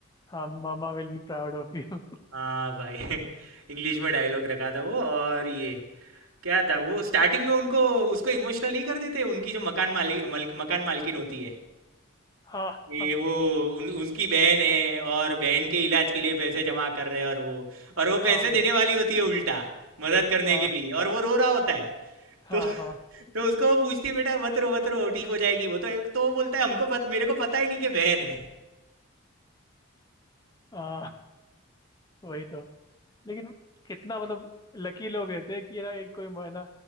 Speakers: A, on the left; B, on the right.
A: हाँ mumma will be proud of you
B: हाँ भाई <laughs> इंग्लिश में डायलॉग रखा था वो और ये क्या था वो स्टार्टिंग में उनको उसको इमोशनल नहीं कर देते उनकी जो मकान मालिक मल, मकान मालकिन होती है
A: हाँ
B: ये
A: हाँ
B: वो उन, उनकी बहन है और बहन के इलाज के लिए पैसे जमा कर रहे हैं और वो और वो पैसे
A: हाँ
B: देने वाली होती है उल्टा मदद करने
A: हाँ
B: के लिए और वो रो रहा होता है
A: हाँ
B: तो <laughs>
A: हाँ
B: तो उसको वो पूछती है बेटा मत रो मत रो ठीक हो जाएगी वो तो तो वो बोलता है हमको पत, मेरे को पता ही नहीं कि बहन है
A: हाँ, वही तो लेकिन कितना मतलब लकी लोग रहते हैं कि ना एक कोई है ना